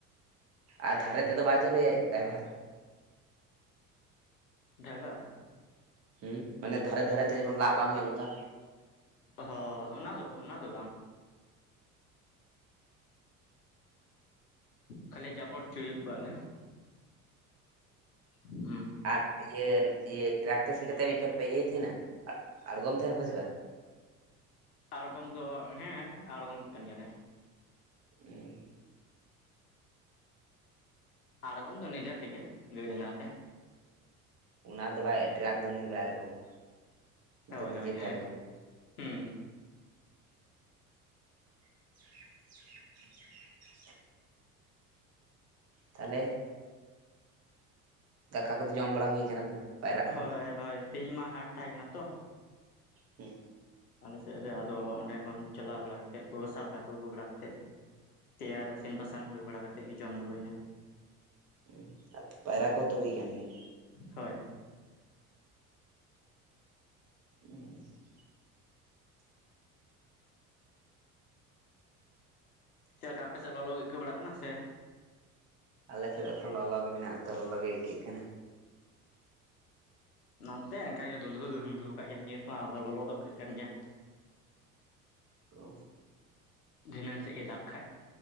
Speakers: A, on the right (about 35°); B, on the left (about 80°).
A: ᱟᱨ ᱫᱷᱟᱨᱮ ᱛᱮᱫᱚ ᱵᱟᱭ ᱪᱟᱹᱞᱩᱭᱟ ᱰᱟᱭᱵᱷᱟᱨ ᱫᱚ?
B: ᱰᱟᱭᱵᱷᱟᱨ
A: ᱦᱢ ᱢᱟᱱᱮ ᱫᱷᱟᱨᱮ ᱫᱷᱟᱨᱮ ᱛᱮ ᱡᱮᱢᱚᱱ ᱞᱟᱜ ᱵᱟᱝ ᱦᱩᱭᱩᱜ ᱚᱱᱠᱟ ᱾
B: ᱦᱚᱸ ᱚᱱᱟ ᱫᱚ ᱚᱱᱟ ᱫᱚ ᱵᱟᱝ ᱠᱷᱟᱞᱤ ᱡᱟᱵᱚᱨ ᱦᱚᱪᱚᱭ ᱠᱚᱣᱟ ᱞᱮ ᱾ ᱦᱩᱸ
A: ᱟᱨ ᱤᱭᱟᱹ ᱤᱭᱟᱹ ᱴᱨᱟᱠ ᱛᱮ ᱥᱤ ᱠᱟᱛᱮ ᱢᱤᱫ ᱪᱷᱚᱴ ᱯᱮ ᱤᱭᱟᱹᱭ ᱛᱟᱦᱮᱸᱱᱟ ᱟᱬᱜᱚᱢ ᱛᱟᱦᱮᱱᱟ ᱯᱮ ᱥᱮ ᱵᱟᱝ?
B: ᱟᱬᱜᱚᱢ ᱫᱚ ᱦᱮᱸ ᱟᱬᱜᱚᱢᱮᱜ ᱠᱟᱱ ᱜᱮᱭᱟᱞᱮ ᱾
A: ᱦᱢ ᱾
B: ᱟᱬᱜᱚᱢ ᱫᱚ ᱱᱤᱡᱮ ᱛᱮᱜᱮ ᱜᱟᱹᱭ ᱰᱟᱝᱨᱟ ᱛᱮ ᱾
A: ᱚᱱᱟ ᱫᱚ ᱵᱟᱭ ᱴᱨᱟᱠ ᱫᱚ ᱩᱱᱤ ᱫᱚ ᱵᱟᱭ ᱟᱬᱜᱚᱢᱟ ᱩᱱᱤ
B: ᱦᱳᱭ
A: ᱫᱚ
B: ᱦᱳᱭ
A: ᱱᱤᱡᱮᱛᱮ
B: ᱦᱳᱭ
A: ᱟᱬᱜᱚᱢᱟ
B: ᱦᱩᱸ ᱦᱩᱸ
A: <inaudible> ᱛᱟᱦᱚᱞᱮ ᱫᱟᱠᱟ ᱠᱚ ᱫᱚ ᱡᱚᱢ ᱵᱟᱲᱟ ᱦᱩᱭ ᱟᱠᱟᱱᱟ ᱥᱮ ᱵᱟᱝ ᱯᱟᱭᱨᱟᱜ
B: ᱦᱳᱭ
A: ᱠᱚ?
B: ᱦᱳᱭ ᱛᱮᱦᱤᱧ ᱢᱟ ᱦᱟᱴ ᱛᱟᱦᱮᱸ ᱠᱟᱱᱟ ᱛᱚ
A: ᱦᱩᱸ
B: ᱟᱞᱮ ᱥᱮᱫ ᱨᱮ ᱟᱫᱚ ᱚᱸᱰᱮ ᱠᱷᱚᱱ ᱪᱟᱞᱟᱣ ᱵᱟᱲᱟ ᱠᱟᱛᱮᱫ ᱠᱚ ᱥᱟᱣᱫᱟ ᱠᱚ ᱟᱹᱜᱩ ᱵᱟᱲᱟ ᱠᱟᱛᱮᱫ ᱛᱮᱭᱟᱨ ᱤᱥᱤᱱ ᱵᱟᱥᱟᱝ ᱦᱩᱭ ᱵᱟᱲᱟ ᱠᱟᱛᱮᱫ ᱜᱮ ᱡᱚᱢ ᱫᱚ ᱦᱩᱭᱱᱟ
A: ᱦᱩᱸ ᱟᱨ ᱯᱟᱭᱨᱟ ᱠᱚᱛᱚ ᱦᱩᱭ ᱟᱠᱟᱱ ᱜᱮᱭᱟ
B: ᱦᱳᱭ
A: <unintelligible>
B: ᱪᱮᱫ ᱞᱮᱠᱟ ᱟᱯᱮ ᱥᱮᱫ ᱞᱚᱞᱚ ᱜᱮ ᱟᱹᱭᱠᱟᱹ ᱵᱟᱲᱟᱜ ᱠᱟᱱᱟ ᱥᱮ
A: ᱟᱞᱮ ᱥᱮᱫ ᱮᱠᱷᱚᱱ ᱞᱚᱞᱚ ᱜᱮ ᱢᱮᱱᱟᱜ-ᱟ ᱛᱚ ᱞᱚᱞᱚ ᱜᱮ ᱟᱹᱭᱠᱟᱹᱜ ᱠᱟᱱᱟ
B: ᱱᱚᱱᱛᱮ ᱚᱱᱠᱟ ᱜᱮ ᱫᱩᱸᱫᱷᱩ ᱫᱚ ᱫᱩᱸᱫᱷᱩ ᱟᱠᱟᱫ ᱜᱮᱭᱟ ᱱᱤᱛ ᱦᱚᱸ ᱟᱫᱚ ᱞᱚᱞᱚ ᱫᱚ ᱟᱹᱭᱠᱟᱹᱜ ᱠᱟᱱ ᱜᱮᱭᱟ
A: ᱚ
B: ᱫᱷᱤᱱᱟᱹᱱ ᱥᱮᱫ ᱜᱮ ᱫᱟᱜᱽ ᱠᱷᱟᱡ